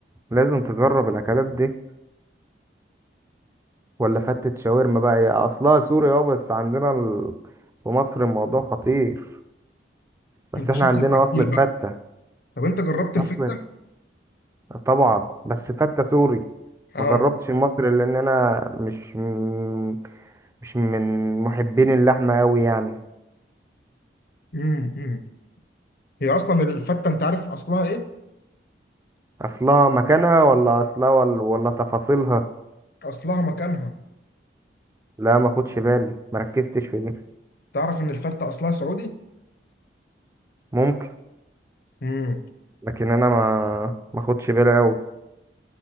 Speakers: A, on the right; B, on the left.
A: لازم تجرب الاكلات دي ولا فتة شاورما بقى هي اصلها سوري اه بس عندنا ال... في مصر الموضوع خطير بس
B: انت
A: احنا
B: شكلك
A: عندنا
B: اكيل
A: اصل الفتة
B: بقى طب انت جربت الفته
A: اصل طبعا بس فتة سوري
B: اه
A: ما جربتش المصري لان انا مش م- مش من محبين اللحمة قوي يعني
B: مم. مم. هي اصلا الفته انت عارف اصلها ايه
A: اصلها مكانها ولا اصلها ولا, ولا تفاصيلها
B: اصلها مكانها
A: لا ما خدش بالي ما ركزتش في دي
B: تعرف ان الفته اصلها سعودي
A: ممكن
B: مم.
A: لكن انا ما ما خدش بالي قوي